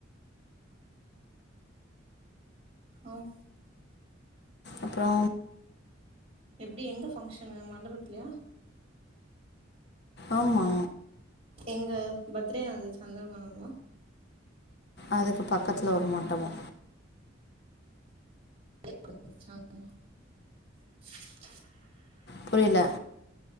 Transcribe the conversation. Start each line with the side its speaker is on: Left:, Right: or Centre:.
Right: ஔஃ
Left: அப்றோ
Right: எப்டி எங்க ஃபங்ஷனு மண்டபத்துலயா
Left: ஆமா
Right: எங்க பர்த்டே நடந்துச்சு அந்த மண்டபம
Left: அதுக்கு பக்கத்துல ஒரு மண்டப
Right: <unintelligible>
Left: புரியில்ல